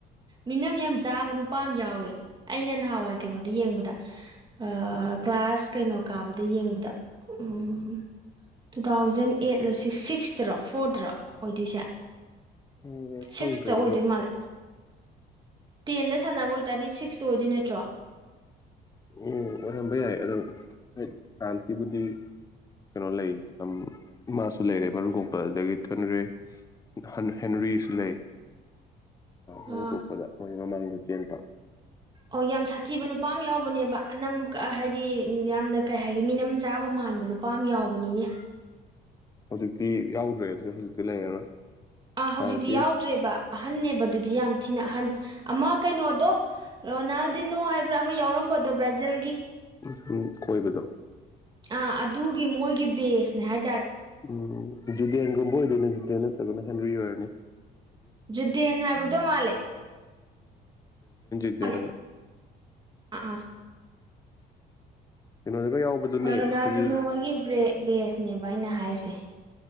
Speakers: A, on the right (about 25°); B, on the left (about 20°).
A: ꯃꯤꯅꯝ ꯌꯥꯝ ꯆꯥꯕ ꯅꯨꯄꯥ ꯑꯃ ꯌꯥꯎꯋꯦ ꯑꯩꯅ ꯅꯍꯥꯟꯋꯥꯏ ꯀꯩꯅꯣꯗ ꯌꯦꯡꯕꯗ ꯑꯥ ꯀ꯭ꯂꯥꯁ ꯀꯩꯅꯣ ꯀꯥꯕꯗ ꯌꯦꯡꯕꯗ ꯎꯝ ꯇꯨ ꯊꯥꯎꯖꯟ ꯑꯦꯠꯂ ꯁꯤꯛꯁꯇꯔꯣ ꯐꯣꯔꯗꯔꯣ ꯑꯣꯏꯗꯣꯏꯁꯦ
B: ꯎꯝ ꯈꯪꯗ꯭ꯔꯦ
A: ꯁꯤꯛꯁꯇ ꯑꯣꯏꯗꯣꯏ
B: ꯑꯗꯣ
A: ꯃꯥꯜꯂꯦ ꯇꯦꯟꯗ ꯁꯥꯟꯅꯕ ꯑꯣꯏꯇꯥꯔꯗꯤ ꯁꯤꯛꯁ ꯑꯗꯨ ꯑꯣꯏꯗꯩ ꯅꯠꯇ꯭ꯔꯣ
B: ꯎꯝ ꯑꯣꯏꯔꯝꯕ ꯌꯥꯏ ꯑꯗꯣ ꯍꯣꯏ ꯐ꯭ꯔꯥꯟꯁꯀꯤꯕꯨꯗꯤ ꯀꯩꯅꯣ ꯂꯩ ꯃꯥꯁꯨ ꯂꯩꯔꯦ ꯃꯔꯨ ꯀꯣꯛꯄ ꯑꯗꯨꯗꯒꯤ ꯊꯨꯅꯔꯦ ꯍ ꯍꯦꯟꯔꯤꯁꯨ ꯂꯩ ꯃꯔꯨ
A: ꯑꯥ
B: ꯀꯣꯛꯄꯗ ꯃꯣꯏ ꯃꯃꯥꯡꯗ ꯆꯦꯟꯕ
A: ꯑꯣ ꯌꯥꯝ ꯁꯥꯊꯤꯕ ꯅꯨꯄꯥ ꯑꯃ ꯌꯥꯎ ꯍꯧꯕꯅꯦꯕ ꯑꯅꯝ ꯍꯥꯏꯗꯤ ꯌꯥꯝꯅ ꯀꯩ ꯍꯥꯏꯒ ꯃꯤꯅꯝ ꯆꯥꯕ ꯃꯥꯟꯕ ꯅꯨꯄꯥ ꯑꯃ ꯌꯥꯎꯕꯅꯤꯅꯦ
B: ꯍꯧꯖꯤꯛꯇꯤ ꯌꯥꯎꯗ꯭ꯔꯦ ꯑꯗꯨꯗꯤ ꯍꯧꯖꯤꯛꯇꯤ ꯂꯩꯔꯔꯣꯏ
A: ꯑꯥ
B: ꯐ꯭ꯔꯥꯟꯁꯀꯤ
A: ꯍꯧꯖꯤꯛꯇꯤ ꯌꯥꯎꯗ꯭ꯔꯦꯕ ꯑꯍꯟꯅꯦꯕ ꯑꯗꯨꯗꯤ ꯌꯥꯝ ꯊꯤꯅ ꯑꯍꯟ ꯑꯃ ꯀꯩꯅꯣꯗꯣ ꯔꯣꯅꯥꯜꯗꯤꯅꯣ ꯍꯥꯏꯕ꯭ꯔꯥ ꯑꯃ ꯌꯥꯎꯔꯝꯕꯗꯣ ꯕ꯭ꯔꯥꯖꯤꯜꯒꯤ
B: ꯁꯨꯝ ꯀꯣꯏꯕꯗꯣ
A: ꯑꯥ ꯑꯗꯨꯒꯤ ꯃꯣꯏꯒꯤ ꯕꯦꯁꯅꯦ ꯍꯥꯏ
B: ꯎꯝ ꯖꯨꯗꯦꯟꯒꯨꯝꯕ ꯑꯣꯏꯗꯣꯏꯅꯦ ꯖꯨꯗꯦꯟ ꯅꯠꯇ꯭ꯔꯒꯅ ꯍꯦꯟꯔꯤ ꯑꯣꯏꯔꯅꯤ
A: ꯖꯨꯗꯦꯟ ꯍꯥꯏꯕꯗꯣ ꯃꯥꯜꯂꯦ
B: <unintelligible>
A: ꯃꯥꯜꯂꯦ
B: <inaudible>
A: ꯑꯥ
B: <unintelligible> ꯌꯥꯎꯕꯗꯨꯅꯦ
A: ꯍꯣꯏ
B: ꯑꯩꯈꯣꯏꯒꯤ
A: ꯔꯣꯅꯥꯜꯗꯤꯅꯣ ꯍꯣꯏꯒꯤ ꯕꯦꯁꯅꯦꯕ ꯑꯩꯅ ꯍꯥꯏꯁꯦ